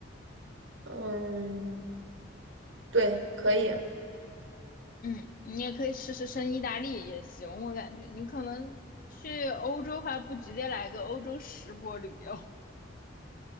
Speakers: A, on the right; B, on the left.
A: 嗯，对，可以。嗯，
B: 嗯，你也可以试试升意大利也行，我感觉你可能去欧洲的话，不直接来个欧洲十国旅游。